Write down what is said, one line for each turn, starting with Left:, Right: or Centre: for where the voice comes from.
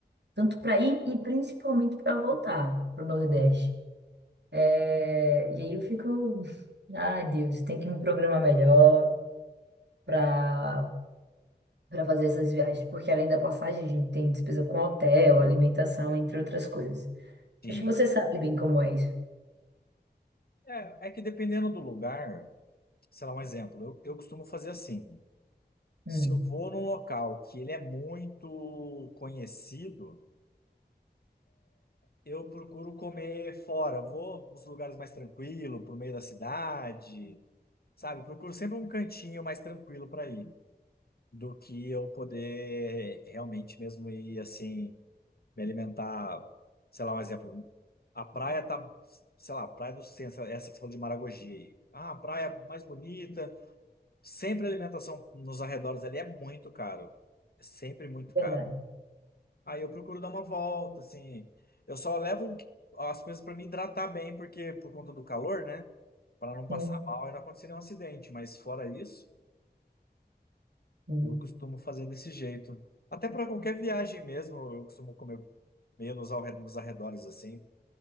Right: tanto para ir e principalmente para voltar para o Nordeste. É, e aí eu fico, ai Deus, tem que me programar melhor para para fazer essas viagens, porque além da passagem a gente tem despesa com hotel, alimentação, entre outras coisas.
Left: Sim.
Right: Acho que você sabe bem como é isso.
Left: É, é que dependendo do lugar, sei lá, um exemplo, eu, eu costumo fazer assim.
Right: Hum,
Left: Se eu vou num local que ele é muito conhecido, eu procuro comer fora. Eu vou nos lugares mais tranquilos, pro meio da cidade, sabe? Procuro sempre um cantinho mais tranquilo para ir, do que eu poder realmente mesmo ir assim. me alimentar, sei lá, um exemplo. A praia tá, sei lá, a Praia do Centro, essa que você falou de Maragogi aí. Ah, a praia mais bonita. Sempre a alimentação nos arredores ali é muito caro. É sempre muito
Right: verdade.
Left: caro. Aí eu procuro dar uma volta, assim. Eu só levo o que- as coisas para me hidratar bem, porque por conta do calor, né? Para não passar
Right: Sim,
Left: mal e não acontecer nenhum acidente. Mas fora isso,
Right: sim.
Left: eu costumo fazer desse jeito. Até para qualquer viagem mesmo, eu costumo comer meio nos arre- nos arredores, assim.